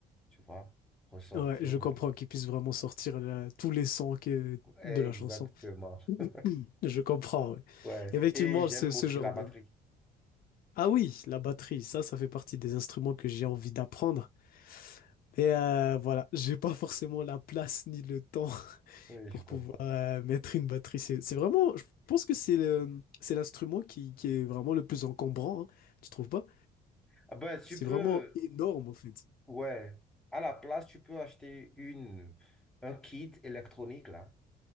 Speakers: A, in the centre; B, on the left (about 60°).
A: tu vois, ressortir
B: Ouais, je comprends
A: le...
B: qu'ils puissent vraiment sortir la- tous les sons que,
A: Exactement.
B: de la chanson. <clears throat>
A: <laughs>
B: Je comprends, ouais.
A: Ouais.
B: Effectivement,
A: Et j'aime
B: ce, ce
A: aussi
B: genre
A: la batterie.
B: de Ah oui, la batterie, ça, ça fait partie des instruments que j'ai envie d'apprendre. Et euh, voilà, j'ai pas forcément la place ni le temps <laughs>
A: Oui,
B: pour
A: je comprends.
B: pouvoir euh, mettre une batterie. C'est c'est vraiment, je pense que c'est le, c'est l'instrument qui, qui est vraiment le plus encombrant, hein, tu trouves pas?
A: Ah ben, tu
B: C'est
A: peux,
B: vraiment énorme en fait.
A: ouais, à la place, tu peux acheter une, un kit électronique, là.